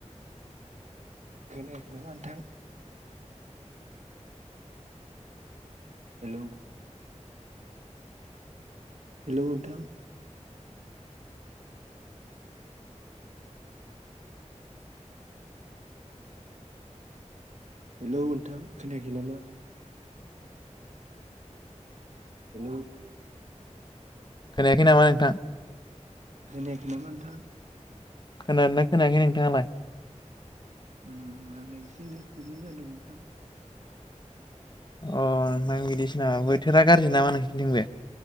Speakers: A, on the right; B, on the left.
A: खोनायाखै नामा नोंथां हेलौ हेलौ नोंथां हेलौ नोंथां खोनायाखै नामा? हेलौ
B: खोनायाखै नामा नोंथां?
A: खोनायखै नामा नोंथां?
B: खोनादों दा खोनायाखै नोंथाङालाय?
A: उम आंनाव एसे नेट प्रब्लेम जादों नोंथां
B: अ नोंथां बिदिसो नामा बोथोरा गाज्रि नामा नोंसोरनि थिंजाय